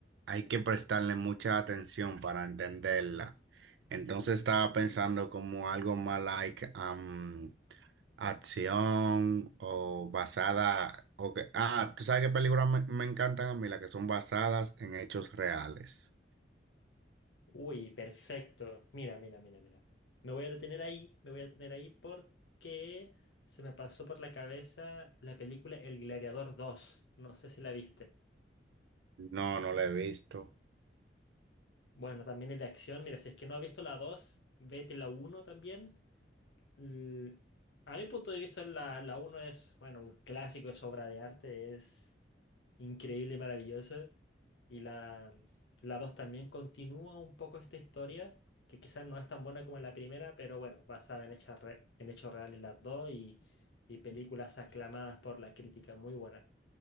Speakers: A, on the right; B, on the left.
A: hay que prestarle mucha atención para entenderla. Entonces estaba pensando como algo más like am, acción o basada, o que, ah, ¿tú sabes qué películas me, me encantan a mí? Las que son basadas en hechos reales.
B: Uy, perfecto. Mira, mira, mira, mira. Me voy a detener ahí, me voy a detener ahí porque se me pasó por la cabeza la película El Gladiador dos No sé si la viste.
A: No, no la he visto.
B: Bueno, también es de acción. Mira, si es que no has visto la 2 vete la uno también. Mm, a mi punto de vista, la, la uno es, bueno, un clásico, es obra de arte, es increíble, y maravillosa. Y la, la 2 también continúa un poco esta historia, que quizás no es tan buena como la primera, pero bueno, basada en, hechas re- en hechos reales las dos y, y películas aclamadas por la crítica, muy buenas